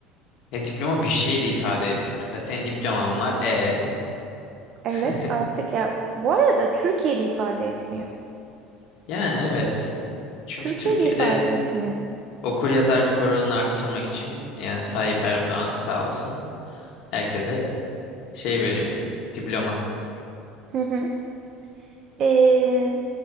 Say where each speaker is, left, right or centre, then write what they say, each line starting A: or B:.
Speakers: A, on the left; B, on the right.
A: e, diploma bir şey de ifade etmiyor. Mesela senin diploman var, e.
B: Evet
A: <laughs>
B: artık ya bu arada Türkiye'de ifade etmiyor.
A: Yani evet. Çünkü
B: Türkiye'de
A: Türkiye'de
B: ifade etmiyor.
A: okur yazarlık oranını arttırmak için yani Tayyip Erdoğan sağ olsun herkese şey veriyor. Diploma.
B: Hı hı. Ee,